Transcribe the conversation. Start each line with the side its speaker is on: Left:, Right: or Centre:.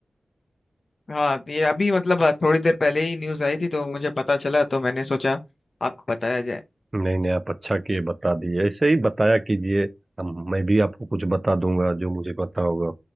Left: हाँ ये अभी मतलब थोड़ी देर पहले ही न्यूज आई थी तो मुझे पता चला तो मैंने सोचा आपको बताया जाए
Right: नहीं नहीं आप अच्छा किए बता दिए ऐसे ही बताया कीजिए हम मैं भी आपको कुछ बता दूंगा जो मुझे पता होगा